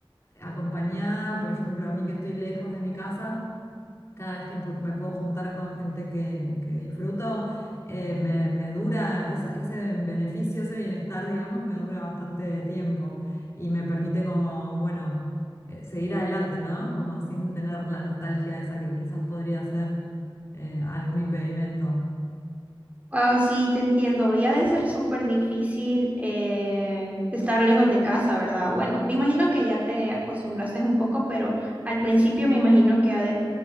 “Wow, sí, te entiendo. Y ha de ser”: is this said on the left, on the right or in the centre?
Right